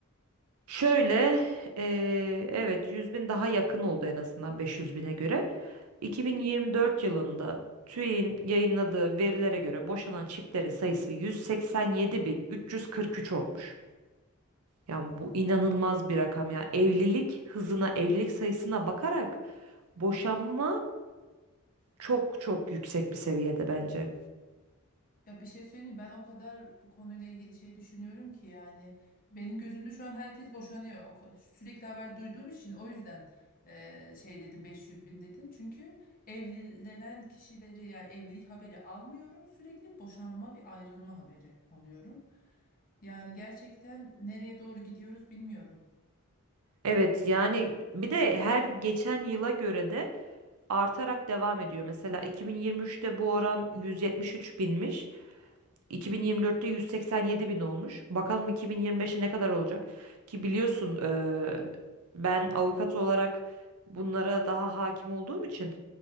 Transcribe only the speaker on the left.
Ya bir şey söyleyeyim mi? Ben o kadar bu konuyla ilgili şey düşünüyorum ki yani benim gözümde şu an herkes boşanıyor. O ko- Sürekli haber duyduğum için o yüzden eee, şey dedim 500 bin dedim. Çünkü evlenen kişileri yani evlilik haberi almıyorum. Sürekli boşanma bir ayrılma haberi alıyorum. Yani gerçekten nereye doğru gidiyoruz bilmiyorum.